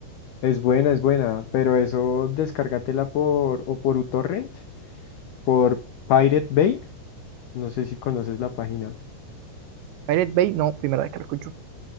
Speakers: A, on the left; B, on the right.
A: es buena, es buena, pero eso descárgatela por o por uTorrent, por Pirate Bay. No sé si conoces la página.
B: Pirate Bay, no, primera vez que lo escucho.